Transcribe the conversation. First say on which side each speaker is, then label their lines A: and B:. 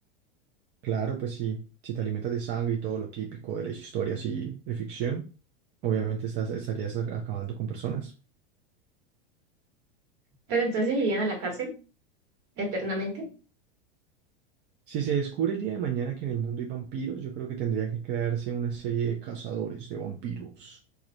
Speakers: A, on the right; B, on the right.
A: Claro, pues sí, si te alimentas de sangre y todo lo típico de la historia así de ficción, obviamente estás, estarías a- acabando con personas.
B: Pero entonces irían a la cárcel eternamente.
A: Si se descubre el día de mañana que en el mundo hay vampiros, yo creo que tendría que crearse una serie de cazadores de vampiros